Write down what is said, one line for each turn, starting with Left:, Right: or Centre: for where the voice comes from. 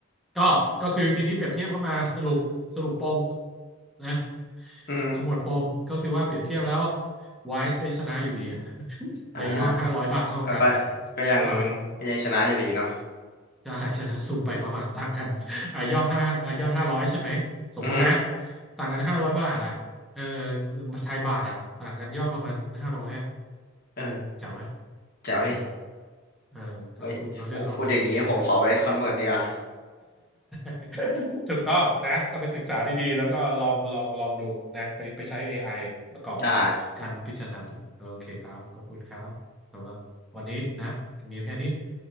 Centre: ก็ก็คือทีนี้เปรียบเทียบก็มาสรุปสรุปปมนะ
Left: อือฮึ
Centre: ขมวดปมก็คือว่าเปรียบเทียบแล้ว Wise ก็ชนะอยู่ดี <laughs>
Left: อ่า
Centre: ในยอดห้าร้อยบาทเท่ากันนะ
Left: แล้วก็ก็ยัง
Centre: เข้าไหม
Left: ก็ยังชนะอยู่ดีเนาะ
Centre: ใช่ชนะซูมไปประมาณต่างกันอ่ะยอดห้าอ่ะยอดห้าร้อยใช่ไหมสมมุตินะ
Left: อือฮึ
Centre: ต่างกันห้าร้อยบาทอ่ะเออไทยบาทอ่ะต่างกันยอดประมาณห้าร้อยอ่ะ
Left: เออ
Centre: เจ๋วไหม
Left: แจ๋วดิ
Centre: เจ๋วไหมเออก็คุณก็เลือกเอาว่าคุณจะใช้อะไร
Left: เฮ้ยโหพูดอย่างนี้ผมขอไปคอนเวิร์ตดีกว่า
Centre: <laughs> ถูกต้องนะก็ไปศึกษาดีๆแล้วก็ลองลองลองดูนะไปไปใช้ AI ประกอบ
Left: ได้
Centre: การพิจารณาต่อโอเคครับขอบคุณครับสำหรับวันนี้นะมีแค่นี้